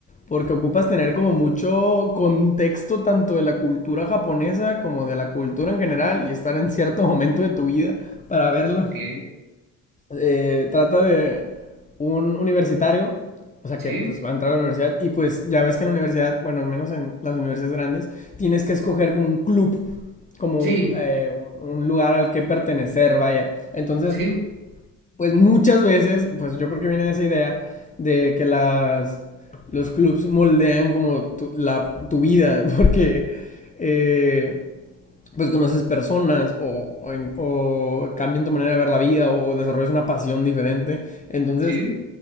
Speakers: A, on the left (about 15°); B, on the right (about 45°).
A: porque ocupas tener como mucho contexto tanto de la cultura japonesa como de la cultura en general y estar en cierto momento de tu vida para verlo.
B: Ok,
A: eh, trata de un universitario, o sea
B: sí,
A: que pues va a entrar a la universidad y pues ya ves que en la universidad, bueno, al menos en las universidades grandes, tienes que escoger como un club, como
B: sí,
A: eh, un lugar al que pertenecer, vaya. Entonces,
B: sí,
A: pues muchas veces, pues yo creo que viene esa idea de que las, los clubs moldean como tu, la, tu vida, <laughs> porque... eh, pues conoces personas o, o, en- o cambian tu manera de ver la vida o desarrollas una pasión diferente. Entonces,
B: sí,